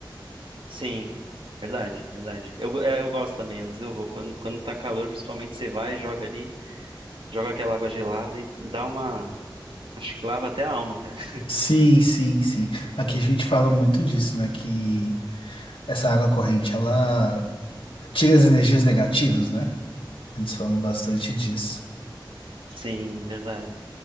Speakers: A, on the right; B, on the left.
A: Sim, verdade, verdade. Eu, go- é, eu gosto também, às vezes eu vou. Quando, quando tá calor, principalmente você vai, joga ali, joga aquela água gelada e dá uma. Acho que lava até a alma, cara. <laughs>
B: Sim, sim, sim. Aqui a gente fala muito disso, né? Que essa água corrente, ela tira as energias negativas, né? Eles falam bastante disso.
A: Sim, verdade.